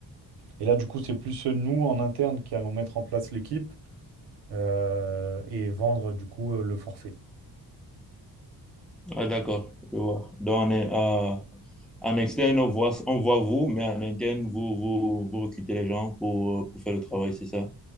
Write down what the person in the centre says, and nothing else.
Ah, d'accord, je vois. Donc, on est à- en externe, on voit, on voit vous, mais en interne, vous, vous, vous recrutez les gens pour, euh, pour faire le travail, c'est ça?